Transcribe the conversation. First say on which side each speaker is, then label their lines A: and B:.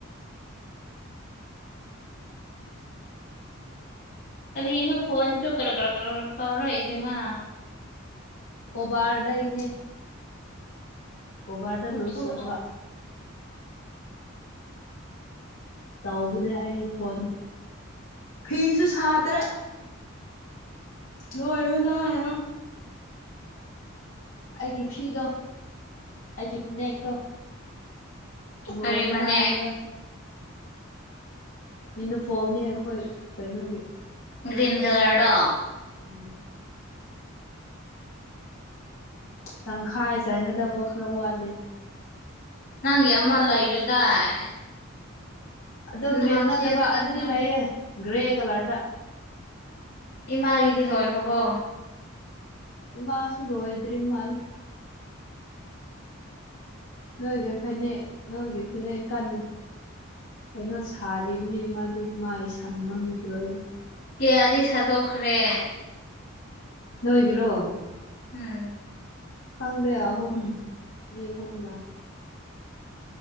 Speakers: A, on the left; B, on the left.
A: ꯑꯔꯤꯅꯣ ꯐꯣꯟꯁꯨ ꯀꯔꯒ ꯀꯔꯛ ꯇꯧꯔꯛ ꯏꯗꯨꯅ
B: ꯀꯣꯕꯥꯔꯗꯒꯤꯅꯦ ꯀꯣꯚꯔꯗꯣ
A: ꯂꯧꯊꯣꯛꯑꯣ
B: ꯂꯨꯁ ꯑꯣꯏꯕ ꯇꯧꯕꯅꯦ ꯑꯩ ꯐꯣꯟꯗꯣ ꯐꯤꯁꯨ ꯁꯥꯗ꯭ꯔꯦ ꯂꯣꯏꯕ ꯅꯏꯔꯣꯏ ꯑꯩꯒꯤ ꯐꯤꯗꯣ ꯑꯩꯒꯤ ꯐꯅꯦꯛꯇꯣ ꯂꯣꯏꯕ
A: ꯀꯔꯤꯕꯅꯦ
B: ꯅꯥꯏꯔꯔꯣꯏ ꯌꯨꯅꯤꯐꯣꯔꯝꯅꯦ ꯑꯩꯈꯣꯏ ꯀꯩꯅꯣꯒꯤ
A: ꯒ꯭ꯔꯤꯟ ꯀꯂꯔꯗꯣ
B: ꯎꯝ ꯇꯪꯈꯥꯏ ꯆꯥꯟꯒꯗꯕ ꯈꯔ ꯋꯥꯠꯂꯤ
A: ꯅꯪ ꯒꯤ ꯑꯃ ꯂꯩꯔꯗꯥꯏ
B: ꯑꯗꯨ ꯒ꯭ꯔꯤꯟ
A: ꯅꯍꯥꯟ
B: ꯅꯠꯇꯕ
A: ꯁꯦꯠꯄ ꯅꯠꯇ꯭ꯔ
B: ꯑꯗꯨꯗꯤ ꯂꯩꯌꯦ ꯒ꯭ꯔꯦ ꯀꯂꯔꯗ
A: ꯏꯃꯥꯒꯤꯗꯤ ꯂꯣꯏꯈ꯭ꯔꯕꯣ
B: ꯏꯃꯁꯨ ꯂꯣꯏꯗ꯭ꯔꯤ ꯃꯥꯜꯂꯦ ꯅꯣꯏꯒꯤ ꯐꯅꯦꯛ ꯅꯣꯏꯒꯤ ꯐꯅꯦꯛ ꯀꯥꯟꯅ ꯀꯩꯅꯣ ꯁꯥꯔꯤꯕꯅꯤ ꯃꯥꯗꯤ ꯃꯥꯏꯑ ꯁꯪ ꯉꯝꯈꯤꯔꯣꯏ
A: ꯀꯌꯥꯗꯤ ꯁꯥꯗꯣꯛꯈ꯭ꯔꯦ
B: ꯅꯣꯏꯒꯤꯔꯣ
A: ꯎꯝ
B: ꯈꯪꯗꯦ ꯑꯍꯨꯝ ꯃꯤ ꯑꯍꯨꯝꯔꯥ